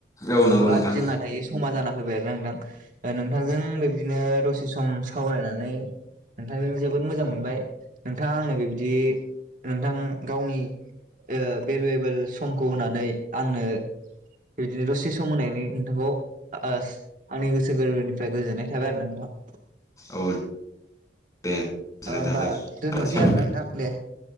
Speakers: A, on the left; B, on the right.
A: औ नंगौ
B: बात
A: नोंथां
B: जोंहा दायो समा जाना फैबाय आरो ना नोंथां। नोंथांजों बेबायदिनो दसे सम सावरायनानै नोंथांजों जोबोद मोजां मोनबाय। नोंथाङा आंनो बे बायदि नोंथां गावनि भेलुवेबोल समखौ होनानै आंनो बिदिनो दसे सम होनायनि नोंथांखौ आंनि गोसो गोरबोनिफ्राय गोजोननाय थाबाय आरो नोंथां। <inaudible>
A: औ दे गोजोननाय
B: होनोमबा
A: थाबाय
B: दोनथ'नोसै
A: दोनसै
B: आरो ना नोंथां दे